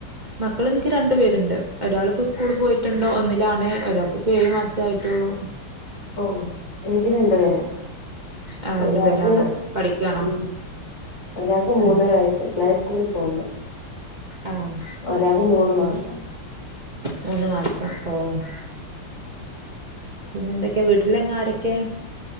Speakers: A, on the right; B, on the left.
A: മക്കള്ൻക്ക് രണ്ടു പേരുണ്ട് ഒരാള്പ്പോ സ്കൂള് പോയിട്ടുണ്ട് ഒന്നിലാണ്. ഒരാക്ക് ഇപ്പോ ഏഴ് മാസേ ആയിട്ടൊള്ളു
B: ഓഹ് എനിക്ക് രണ്ടു പേരാ
A: ആ രണ്ടു
B: ഒരാക്ക്
A: പേരാണോ പഠിക്കാണോ
B: ഉം ഒരാക്ക് മൂന്നര
A: ഏഹ്
B: വയസ്സ് പ്ലേ സ്കൂളി പോന്നു
A: ആഹ്
B: ഒരാക്ക് മൂന്ന് മാസം
A: മൂന്ന് മാസം ഓഹ് പിന്നെ എന്തൊക്കെയാ വീട്ടിലെങ്ങാരൊക്കെയാ